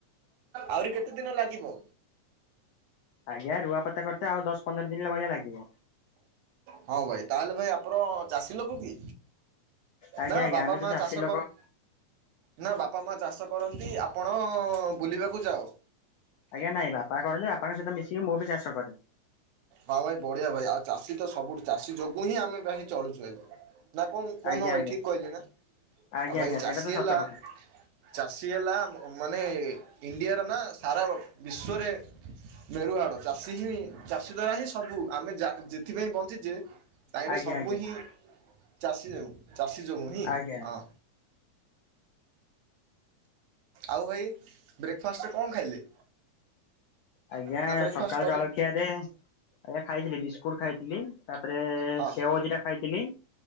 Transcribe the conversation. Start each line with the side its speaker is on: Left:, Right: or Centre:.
Right: ଆହୁରି କେତେ ଦିନ ଲାଗିବ।
Left: ଆଜ୍ଞା ରୁଆ ପତା କରେତ ଆଉ ଦଶ ପନ୍ଦର ଦିନ ଭଳିଆ ଲାଗିବ।
Right: ହଁ ଭାଇ ତାହେଲେ ଭାଇ ଆପଣ ଚାଷୀ ଲୋକ କି
Left: ଆଜ୍ଞା
Right: ନା
Left: ଆଜ୍ଞା
Right: ବାବା
Left: ଆମେ ତ
Right: ମା
Left: ଚାଷୀ
Right: ଚାଷ
Left: ଲୋକ।
Right: କର ନା ବାପା ମା ଚାଷ କରନ୍ତି ଆପଣ ବୁଲିବାକୁ ଯାଅ।
Left: ଆଜ୍ଞା ନାଇଁ ବାପା କରନ୍ତି ବାପାଙ୍କ ସହିତ ମିଶିକି ମୁଁ ବି ଚାଷ କରେ।
Right: ହଁ ଭାଇ ବଢିଆ ଭାଇ ଆଉ ଚାଷୀ ତ ସବୁଠୁ ଚାଷୀ ଯୋଗୁ ହିଁ ଆମେ ଭାଇ ଚଳୁଛୁ ଭାଇ। ନା କଣ କହୁନ
Left: ଆଜ୍ଞା
Right: ଭାଇ
Left: ଆଜ୍ଞା
Right: ଠିକ କହିଲି ନା ଆଉ
Left: ଆଜ୍ଞା
Right: ଭାଇ
Left: ଆଜ୍ଞା
Right: ଚାଷୀ
Left: ସେଇଟା ତ
Right: ହେଲା
Left: ସତ କଥା।
Right: ଚାଷୀ ହେଲା ମାନେ ଇଣ୍ଡିଆର ନା ସାରା ବିଶ୍ୱରେ ମେରୁହାଡ ଚାଷୀ ହିଁ ଚାଷୀ ଦ୍ଵାରା ହିଁ ସବୁ ଆମେ ଯେଥିପାଇଁ ବଞ୍ଚି ଚେ ତାହିରେ
Left: ଆଜ୍ଞା
Right: ସବୁ
Left: ଆଜ୍ଞା
Right: ହିଁ ଚାଷୀ ଯୋଗୁ ଚାଷୀ ଯୋଗୁ ହିଁ
Left: ଆଜ୍ଞା
Right: ହଁ। ଆଉ ଭାଇ ବ୍ରେକ୍ଫାଷ୍ଟରେ କଣ ଖାଇଲେ?
Left: ଆଜ୍ଞା
Right: ନା ବ୍ରେକ୍ଫାଷ୍ଟ
Left: ସକାଳ
Right: କରି
Left: ଜଳଖିଆ ରେ ଆଜ୍ଞା ଖାଇଥିଲି ବିସ୍କୁଟ ଖାଇଥିଲି। ତାପରେ
Right: ହଁ
Left: ସେଓ ଦିଟା ଖାଇଥିଲି।